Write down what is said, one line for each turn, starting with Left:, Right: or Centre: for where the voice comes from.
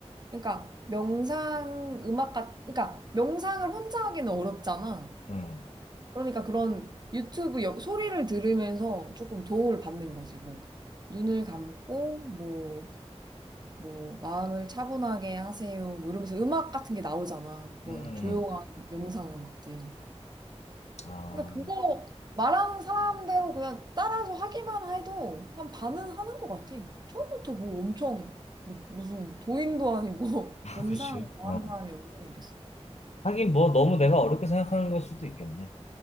Right: 그러니까 명상 음악 같, 그러니까 명상을 혼자 하기는 어렵잖아.
Left: 음,
Right: 그러니까 그런 유튜브 여- 소리를 들으면서 조금 도움을 받는 거지. 뭐 눈을 감고 뭐, 뭐 마음을 차분하게 하세요. 뭐 이러면서 음악 같은 게 나오잖아. 그런
Left: 음,
Right: 조용한
Left: 음.
Right: 명상 음악들.
Left: 아,
Right: 그러니까 그거 말하는 사람대로 그냥 따라서 하기만 해도 한 반은 하는 것 같아. 처음부터 뭐 엄청 뭐, 무슨 도인도 아니고
Left: <laughs>
Right: <laughs> 명상을
Left: 그치.
Right: 좋아하는
Left: 어.
Right: 사람이 얼마나 있겠어.
Left: 하긴 뭐 너무 내가 어렵게 생각하는 걸 수도 있겠네.